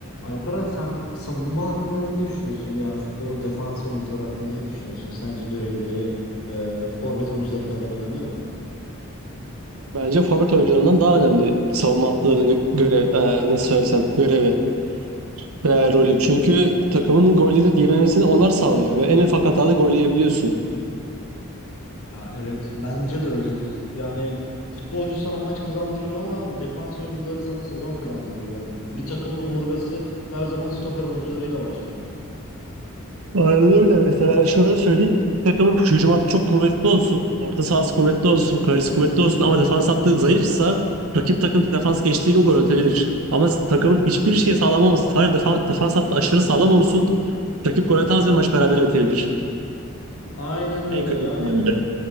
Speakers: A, on the left; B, on the right.
A: Alperen sen savunma hakkında ne düşünüyorsun? Yani futbolda defans oyuncuları hakkında ne düşünüyorsun? Sence görevleri e, forvet oyuncuları kadar önemli mi?
B: Bence forvet oyuncularından daha önemli savunma hattlarının gö- görev, e, nasıl söylesem görevi ve rolü. Çünkü takımın golleri yememesini onlar sağlıyor ve en ufak hatada gol yiyebiliyorsun.
A: Ya evet bence de öyle. Yani futbolcu sana maç kazandırır ama defans oyuncuları sana sezon kazandırır yani. Bir takımın omurgası her zaman stoper oyuncularıyla başlıyor.
B: Aynen öyle. Mesela şöyle söyleyeyim. Bir takımın hücum hattı çok kuvvetli olsun, orta sahası kuvvetli olsun, kalecisi kuvvetli olsun ama defans hattı zayıfsa rakip takım defans geçtiği gibi gol atabilir. Ama takımın hiçbir şey sağlam olması, sadece defa- defans hattı aşırı sağlam olsun, rakip gol atamaz ve maç berabere bitebilir.
A: Aynen öyle.
B: En kötü
A: Yani
B: ihtimalle.